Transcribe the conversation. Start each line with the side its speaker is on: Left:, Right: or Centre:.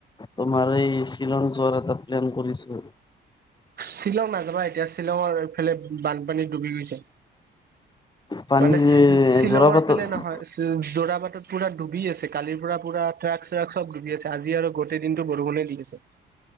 Left: তোমাৰ এই শ্বিলং যোৱাৰ এটা প্লেন কৰিছো।
Right: শ্বিলং নাযাবা এতিয়া শ্বিলঙৰ এইফালে বানপানী ডুবি গৈছে
Left: পানী
Right: মানে শ্বি শ্বিলঙৰ
Left: যোৰাবাটত
Right: ফালে নহয় জো জোৰা বাটত পুৰা ডুবি আছে কালিৰ পৰা পুৰা ট্ৰাক চ্ৰাক চব ডুবি আছে আজি আৰু গোটেই দিনটো বৰষুণে দি আছে